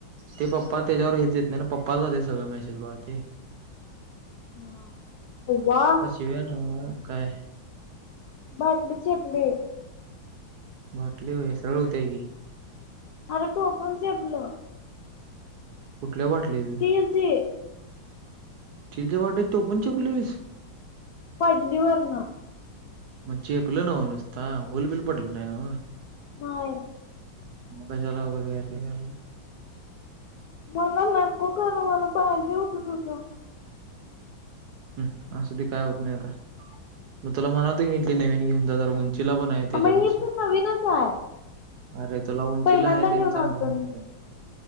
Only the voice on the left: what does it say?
हा. वा
बाटलीचेपली
अरे टोपूनचेपलं
स्टील ची
पडली वरनं
नाही
मला नको खरं मला पाहिजे होतं तुझा
मग हे पण नवीनच आहे
पहिल्यांदा
घेऊन
आलतो
मी